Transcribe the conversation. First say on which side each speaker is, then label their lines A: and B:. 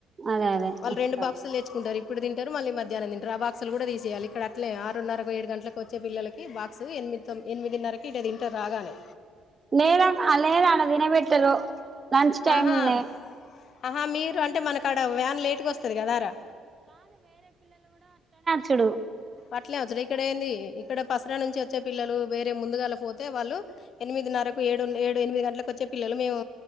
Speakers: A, on the right; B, on the left.
A: అదే అదే
B: వాళ్ళ
A: వస్తారు
B: రెండు బాకసులు దెచ్చుకుంటారి. యరు మళ్ళీ మధ్యానం దీంటారు. ఆ బాక్స్లు గూడా తీసేయాలి. ఇక్కడ అట్లే ఆరున్నర ఒక ఏడు గంటలకు వచ్చే పిల్లలకు బక్స్ ఎనిమిద్ తో ఎనిమిదిన్నరకి ఇట దీంటా రాగానే
A: మేడం హా లేదా అడ తినవెట్టరో లంచ్ టైమ్నే.
B: ఆహా ఆహా మీరు అంటే మనక్ అడా వ్యాన్ లేటుగా వస్తది గదారా
A: చూడు
B: అట్లే వచ్చడా ఇక్కడ ఏంది, ఇక్కడ పసరా నుంచి వచ్చే పిల్లలు. వేరే ముందుగాల పోతే వాళ్ళు ఎనిమిది నరకు ఏ ఏడు ఎనిమిది గంటలకు వచ్చే పిల్లలు మేము